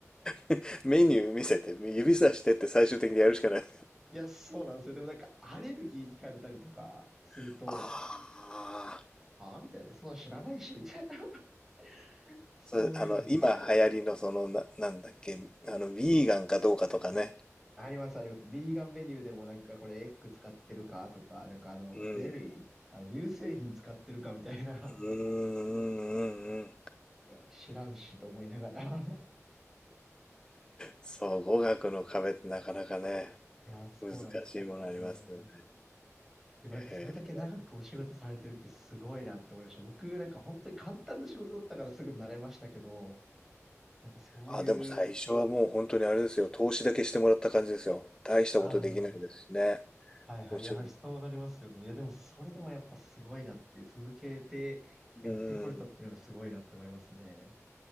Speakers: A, on the left; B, in the centre.
A: <laughs> メニュー見せて、指さしてって最終的にやるしかない。
B: いや、そうなんですよ。でもなんか、アレルギー聞かれたりとかすると、
A: <laughs> ああ。
B: ああ、みたいな、そんな知らないし、みたいな。<laughs> そういうのでなんかもう、
A: それ、あの、今流行りのその、な、なんだっけ、あの、ビーガンかどうかとかね。
B: あります、あります。ビーガンメニューでもなんかこれエッグ使ってるかとか、なんかあの、
A: うん。
B: デリー、あの、乳製品使ってるかみたいな。
A: うんうんうんうん。
B: <laughs> いや、知らんしと思いながら。<laughs>
A: そう、語学の壁ってなかなかね。
B: いや、そうなんですよね。
A: 難しいものありますよね。
B: でもなんかそれだけ長くお仕事されてるってすごいなって思いました。
A: えー
B: 僕なんか本当に簡単な仕事だったからすぐ慣れましたけど、なんかそういう、
A: あ、でも最初はもう本当にあれですよ。投資だけしてもらった感じですよ。大したことできないですしね。
B: ああ、はいはい。
A: もちろん。
B: やはりそうなりますよね。いや、でもそれでもやっぱすごいなって、続けてやってこれたっていうのがすごいなって思いますね。
A: うん。